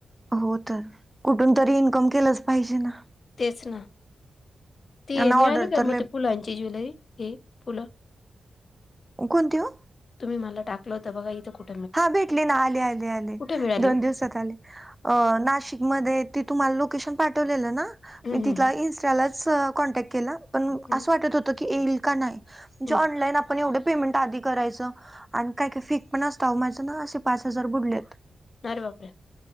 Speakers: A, on the right; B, on the left.
A: हो तर कुठून तरी इन्कम केलंच पाहिजे ना
B: तेच ना ते
A: आणि ऑर्डर
B: मिळालं का
A: तर लय
B: मग ते फुलांची ज्वेलरी हे फुलं
A: कोणती ओ?
B: तुम्ही मला टाकल होतं बघा इथ कुठ
A: हा भेटले ना आले आले आले
B: मिळाली
A: दोन
B: हो
A: दिवसात आले अ नाशिक मध्ये ते तुम्हाला लोकेशन पाठवलेल ना
B: हम्म
A: मी तिला
B: हम्म
A: इनस्टाला सह कॉन्टॅक्ट केला पण म
B: हम्म
A: अस वाटत होत की येईल का नाही जे
B: हम्म
A: ऑनलाईन आपण एवढं पेमेंट आधी करायचं आणि काय काय फेक पण असत आओ माझं ना असे पाच हजार बुडलेत
B: अरे बापरे